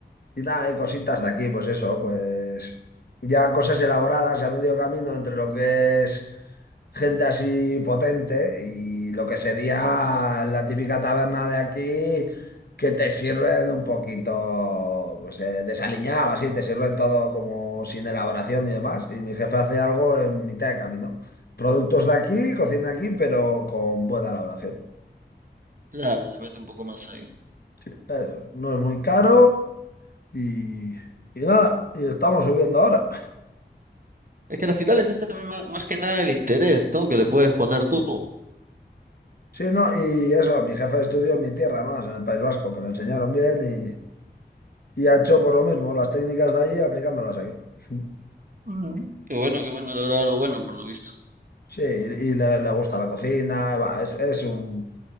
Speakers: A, on the left; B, on the right.
A: y nada, hay cositas de aquí, pues eso, pues ya cosas elaboradas a medio camino entre lo que es gente así potente y lo que sería la típica taberna de aquí que te sirven un poquito pues eh, desaliñado, así, te sirven todo como sin elaboración y demás. Y mi jefe hace algo en mitad de camino. Productos de aquí, cocina aquí, pero con buena elaboración.
B: Claro, le meto un poco más ahí.
A: Eh, No es muy caro. Y, y nada, y estamos subiendo ahora.
B: Es que al final es esta misma, más más que nada el interés, ¿no? Que le puedes poner
A: Sí,
B: tú.
A: Sí, no, y eso, mi jefe estudió en mi tierra más, en el País Vasco, que lo enseñaron bien y, y ha hecho por lo mismo, las técnicas de allí aplicándolas aquí. <laughs>
B: Mm. Qué bueno, qué bueno, lograr algo bueno, por lo visto.
A: Sí, y, y le, le gusta la cocina, va, es, es un,